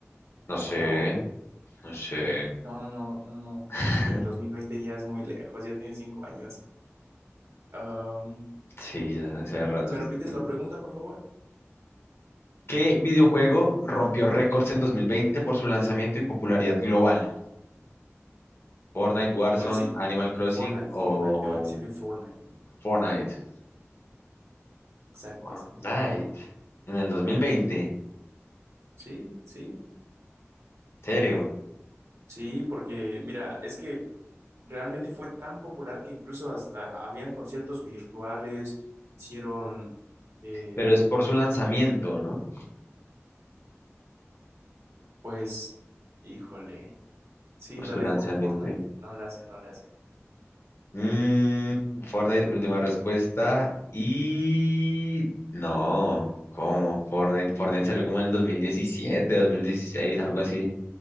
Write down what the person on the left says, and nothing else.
No sé,
no sé.
<laughs>
Sí, ya hace rato.
es-
no.
no.
¿Qué videojuego rompió récords en 2020 por su lanzamiento y popularidad global? Fortnite, Warzone,
Animal Crossing
o
Fortnite.
Fortnite. En el dos mil veinte
serio?
Pero es por su
lanzamiento, ¿no?
Por
su
lanzamiento.
Mm, Fortnite, última respuesta. Y no, ¿cómo? Fortnite, Fortnite salió como en el dos dos mil diecisiete, dos mil dieciséis, algo así.